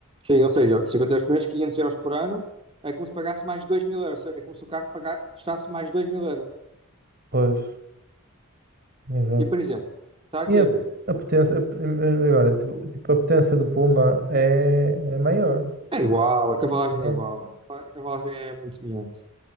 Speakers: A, on the right; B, on the right.
A: Sim, ou seja, 50 euros por mês, 500 euros por ano, é como se pagasse mais 2 mil euros, é como se o carro paga- custasse mais 2 mil euros.
B: Pois, exato.
A: E, por exemplo, está aqui
B: E a,
A: a ver.
B: a potência. a- agora, tipo, tipo, a potência do Puma é, é maior.
A: É igual, a cavalagem
B: não
A: é igual.
B: é?
A: A cavalagem é muito semelhante.